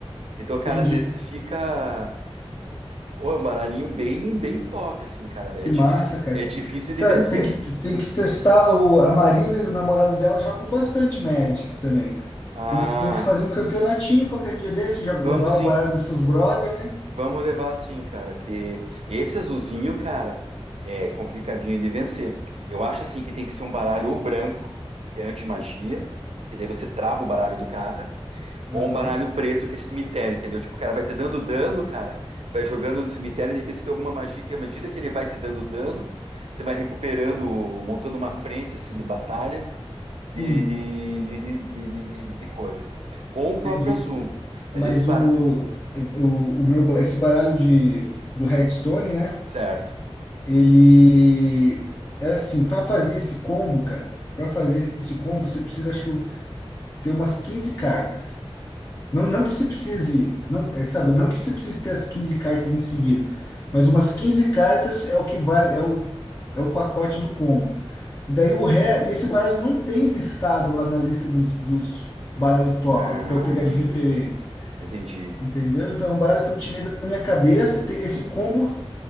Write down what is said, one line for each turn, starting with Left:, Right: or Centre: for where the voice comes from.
Right: Então,
Left: entendi.
Right: cara, às vezes fica. Ou é um baralhinho bem, bem top, assim, cara. É
Left: Que
Right: difícil,
Left: massa, cara.
Right: é difícil
Left: Sabe,
Right: de vencer.
Left: tem que, tem que testar o, a Marina e o namorado dela jogam bastante Magic também, cara.
Right: Ah,
Left: Tem que, tem que fazer um campeonatinho qualquer dia desse, joga-
Right: vamos
Left: levar
Right: sim.
Left: o baralho dos seus brother, né?
Right: Vamos levar assim, cara, que esse azulzinho, cara, é complicadinho de vencer. Eu acho assim que tem que ser um baralho ou branco, que é anti-magia, que daí você trava o baralho do cara, ou
Left: Aham,
Right: um baralho preto, que é cemitério, entendeu? Tipo, o cara vai te dando dano, cara, vai jogando no cemitério, e de repente você tem alguma magia que, à medida que ele vai te dando dano, você vai recuperando, montando uma frente, assim, de batalha, de,
Left: Sim,
Right: de, de, de, de, de, de coisa. Ou um próprio
Left: entendi.
Right: azul. Mas
Left: Mas
Right: esse baralho.
Left: o, o, o meu, esse baralho de, do Hearthstone, né?
Right: Certo.
Left: Ele é assim, para fazer esse combo, cara, para fazer esse combo, você precisa, acho que ter umas 15 cartas. Não, não que você precise, não, é, sabe, não que você precise ter as 15 cartas em seguida, mas umas 15 cartas é o que vale, é o, é o pacote do combo. E daí o ré,
Right: Hum.
Left: e esse baralho não tem listado lá na lista dos, dos baralhos top
Right: Ah,
Left: para eu pegar de referência.
Right: entendi.
Left: Entendeu? Então, é um baralho que eu tirei da minha cabeça. Tem- Esse combo